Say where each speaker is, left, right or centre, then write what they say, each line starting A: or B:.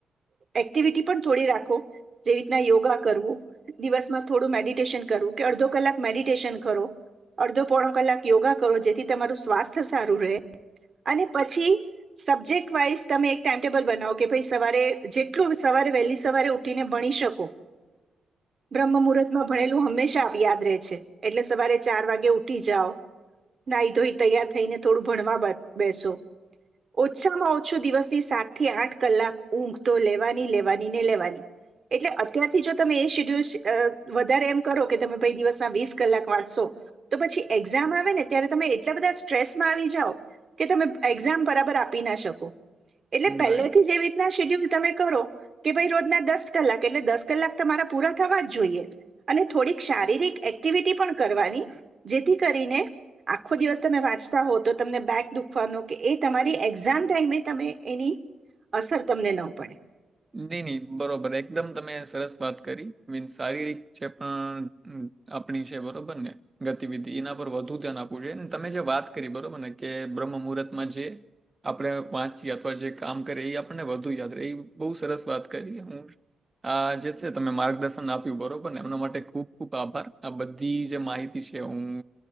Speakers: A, on the right (about 50°); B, on the right (about 25°).
A: એ એક્ટિવિટી પણ થોડી રાખો જેવી રીતના યોગા કરવું, દિવસમાં થોડું મેડિટેશન કરવું કે, અડધો કલાક મેડિટેશન કરો અડધો પોણો કલાક યોગા કરો. જેથી, તમારું સ્વાસ્થ્ય સારું રહે અને પછી સબ્જેક્ટ વાઈઝ તમે એક ટાઈમટેબલ બનાવો કે ભાઈ સવારે જે સવારે વહેલી સવારે ઉઠીને ભણી શકો, બ્રહ્મ મુહૂર્ત માં ભણેલું હંમેશા આપ યાદ રહે છે. એટલે સવારે ચાર વાગે ઉઠી જાઓ, નાહી ધોઈ તૈયાર થઈને થોડું ભણવા બ બેસો ઓછામાં ઓછું દિવસથી સાત થી આઠ કલાક ઊંઘ તો લે વાની લેવાની ને લેવાની એટલે અત્યારથી જો તમે એ શેડ્યુલ અ વધારે એમ કરો કે, તમે ભ ઈદિવસ ના વીસ કલાક વાંચશો તો પછી, એક્ઝામ આવે ને ત્યારે તમે એટલા બધા સ્ટ્રેસમાં આવી જાઓ કે તમે એક્ઝામ બરાબર આપી ના શકો. એટલે પહેલેથી
B: રાઈટ
A: જેવી રીતના શેડ્યુલ તમે કરો. કે ભાઈ રોજના દસ કલાક એટલે દસ કલાક તમારા પૂરા થવા જ જોઈએ. અને થોડીક શારીરિક એક્ટિવિટી પણ કરવાની જેથી, કરીને આખો દિવસ તમે વાંચતા હો, તો તમને બેક દુખવાનો કે એ તમારી એક્ઝામ ટાઈમે તમે એની અસર તમને ન પડે.
B: નહી નહી, બરોબર એકદમ તમે સરસ વાત કરી મી શારીરિક જે પણ આપણી છે. બરોબર ને ગતિવિધિ એના પર વધુ ધ્યાન આપવું જોઈએ. તમે જે વાત કરી બરોબર ને કે બ્રહ્મ મુહૂર્તમાં જે આપણે વાંચી અથવા જે કામ કરે એ આપણને વધુ યાદ રહે. એ બહુ સરસ વાત કરી હું આ જે છે. ત માર્ગદર્શન આપ્યું, બરોબરને એમના માટે ખૂબ ખુબ આભાર આ બધી જે માહિતી છે. હું